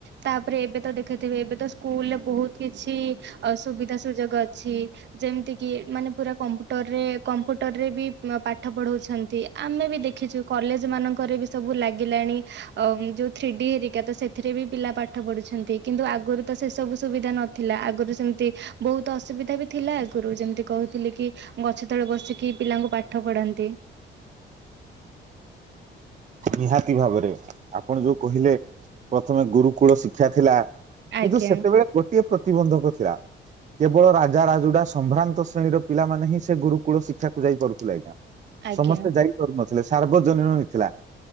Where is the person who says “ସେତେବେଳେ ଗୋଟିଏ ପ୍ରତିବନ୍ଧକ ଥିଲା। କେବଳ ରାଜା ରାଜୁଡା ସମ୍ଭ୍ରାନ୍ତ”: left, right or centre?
Right